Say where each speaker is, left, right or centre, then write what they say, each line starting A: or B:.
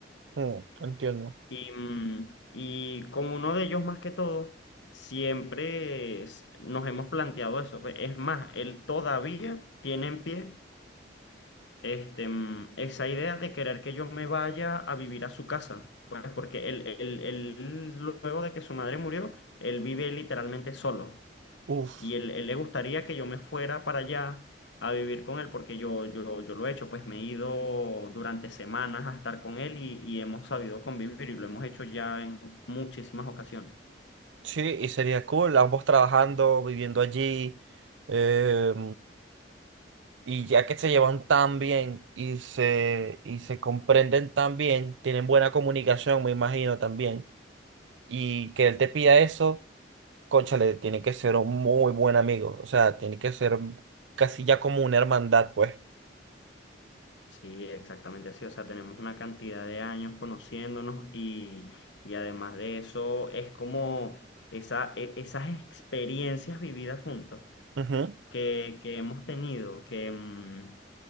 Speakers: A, on the right; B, on the left.
A: Mm, entiendo.
B: Y, mm, y con uno de ellos más que todo, siempre es- nos hemos planteado eso. pues. Es más, él todavía tiene en pie este, mm, esa idea de querer que yo me vaya a vivir a su casa. Pues porque él, él- él, luego de que su madre murió, él vive literalmente solo.
A: Uf,
B: Y él, él le gustaría que yo me fuera para allá a vivir con él, porque yo, yo, yo lo he hecho, pues me he ido durante semanas a estar con él y, y hemos sabido convivir y lo hemos hecho ya en muchísimas ocasiones.
A: sí, y sería cool, ambos trabajando, viviendo allí, eh, y ya que se llevan tan bien y se, y se comprenden tan bien, tienen buena comunicación, me imagino también, y que él te pida eso. Cónchale, tiene que ser un muy buen amigo, o sea, tiene que ser casi ya como una hermandad, pues.
B: Sí, exactamente así. O sea, tenemos una cantidad de años conociéndonos y, y además de eso es como esa, e- esas experiencias vividas juntos
A: Ujú.
B: que, que hemos tenido, que, mm,